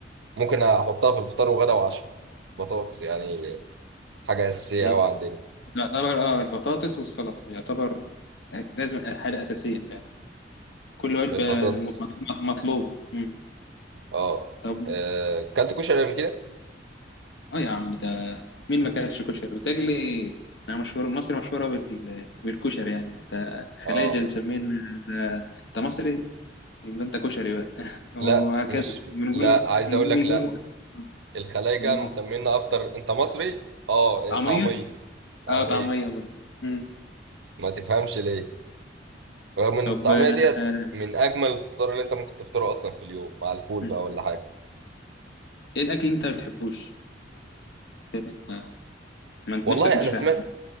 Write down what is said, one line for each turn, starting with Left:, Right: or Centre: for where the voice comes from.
Right: ممكن احطها في الفطار وغدا وعشاء بطاطس يعني حاجه اساسيه
Left: إيه؟
Right: قوي عندنا
Left: يعتبر آه البطاطس والسلطة يعتبر لازم حاجة أساسية فعلا كل وجبة
Right: البطاطس
Left: م- م- مطلوبة مم.
Right: اه
Left: طب
Right: آه، كلت كشري قبل كده
Left: اه يا عم ده مين ما كانش كشري بتجلي انا مشهور مصر مشهورة بال... بالكشري يعني انت خلايجة
Right: اه
Left: مسمين ده انت مصري يبقى انت كشري بقى <laughs> وهكذا
Right: لا مش
Left: بنقول
Right: لا عايز
Left: بنقول
Right: اقول لك لا الخلايجه
Left: م-
Right: مسمينا اكتر انت مصري اه
Left: طعمية
Right: آه، طعميه طعميه
Left: اه طعمية برضه مم.
Right: ما تفهمش ليه رغم ان
Left: طب
Right: الطعميه
Left: آه،
Right: ديت
Left: آه،
Right: من اجمل الفطار اللي انت ممكن تفطره اصلا في اليوم مع الفول
Left: مم.
Right: بقى ولا حاجه
Left: ايه الاكل اللي انت ما بتحبوش شايف انت ما أنت
Right: والله
Left: نفسك مش
Right: انا سمعت
Left: رايحة